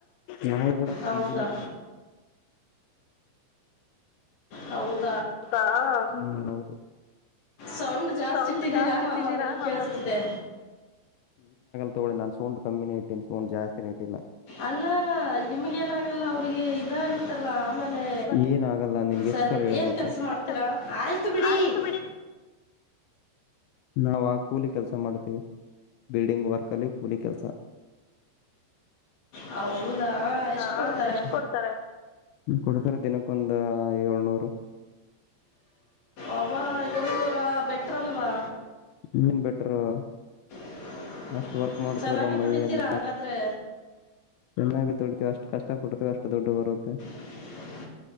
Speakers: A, on the left; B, on the left.
A: ನವುಗೂಡ
B: ಹೌದಾ
A: ಪಿಜಿನೆ
B: ಹೌದು
A: ಹಾ ಹೌದು
B: ಸೌಂಡ್ ಜಾಸ್ತಿ
A: ಸೌಂಡ್
B: ಇಟ್ಟಿದ್ದೀರಾ
A: ಜಾಸ್ತಿ
B: ನಾನು
A: ಇಟ್ಟಿದ್ದೀರಾ
B: ನನಗೆ ಕೇಳಿಸ್ತಿದೆ
A: ನಏ ತಗೊಳ್ಳಿ ನನ್ ಸೌಂಡ್ ಕಮ್ಮಿನೇ ಇಟ್ಟಿನಿ ಸೌ ಜಾಸ್ನೇ ಇಟ್ಟಿಲ್ಲ
B: ಅಲ್ಲ ನಿಮ್ಗ ಏನಾಗಲ್ಲ ಅವ್ರಿಗೆ ಇದಾಗತ್ತೆ ಗತ್ತಲ್ಲಾ ಆಮೇಲೆ
A: ಏನ್ ಆಗಲ್ಲ ನಿನ್ಗೆ
B: ಸರಿ
A: ಎಷ್ಟ್ ಸಲ ಹೇಳ್ಬೇಕು
B: ಏನ್ ಕೆಲ್ಸ ಮಾಡ್ತೀರಾ
A: ಏನ್
B: ಆಯ್ತು ಬಿಡಿ
A: ಆಯ್ತು
B: <inaudible>
A: ನಾವವು ಆ ಕೂಲಿ ಕೆಲಸ ಮಾಡ್ತೀವಿ ಬಿಲ್ಡಿಂಗ್ ವರ್ಕ್ ಅಲ್ಲಿ ಕೂಲಿ ಕೆಲ್ಸ
B: ಹೌದಾ ಎಷ್ಟು
A: ಹಾ
B: ಕೊಡ್ತಾರೆ
A: ಎಷ್ಟ್ ಕೊಡ್ತಾರೆ ಕೊಡ್ತಾರೆ ದಿನಕ್ಕೊಂದ ಏಳ್ನೂರು
B: ಅಬಾ ಏಳ್ನೂರ ಬೆಟ್ರಲ್ವಾ
A: ಏನ್ ಬೆಟರು
B: <inaudible>
A: ಅಷ್ಟು ವರ್ಕ್ ಮಾಡ್ತವಲ್ಲ
B: ಚೆನ್ನಾಗಿ
A: ಮೈ
B: ದುಡಿತೀರ
A: ಎಲ್ಲ
B: ಹಾಗಾದ್ರೆ
A: ಚೆನ್ನವಿ ಅಷ್ಟ ಕಷ್ಟ ಪಡ್ತ ಅ ಅ ಬರವತ್ತ
B: <inaudible>